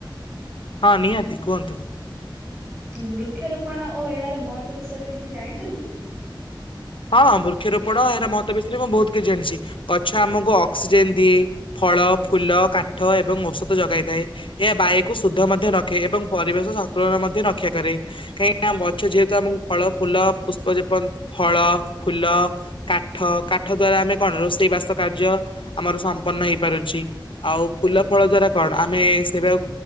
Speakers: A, on the left; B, on the right.
A: ହଁ ନିହାତି କୁହନ୍ତୁ।
B: ବୃକ୍ଷରୋପଣ ଓ ଏହାର ମହତ୍ୱ ବିଷୟରେ କିଛି ଜାଣିଛନ୍ତି?
A: ହଁ ବୃକ୍ଷରୋପଣ ଏହାର ମହତ୍ୱ ବିଷୟରେ ମୁଁ ବହୁତ କିଛି ଜାଣିଛି ଗଛ ଆମକୁ ଅକ୍ସିଜେନ ଦିଏ ଫଳ, ଫୁଲ, କାଠ ଏବଂ ଔଷଧ ଯଗାଇ ଥାଏ ଏହା ବାୟୁକୁ ଶୁଦ୍ଧ ମଧ୍ୟ ରଖେ ଏବଂ ପରିବେଷ ସନ୍ତୁଳନ ମଧ୍ୟ ରକ୍ଷା କରେ କାହିଁକି ନା ଆମ ଗଛ ଯେହେତୁ ଆମକୁ ଫଳ ଫୁଲ ପୁଷ୍ପ ଯେପନ୍ ଫଳ ଫୁଲ, କାଠ କାଠ ଦ୍ଵାରା ଆମେ କଣ ରୋଷେଇ ବାସ କାର୍ଯ୍ୟ ଆମର ସମ୍ପନ୍ନ ହେଇପାରୁଛି ଆଉ ଫୁଲ ଫଳ ଦ୍ଵାରା କଣ, ଆମେ ସେୟାକୁ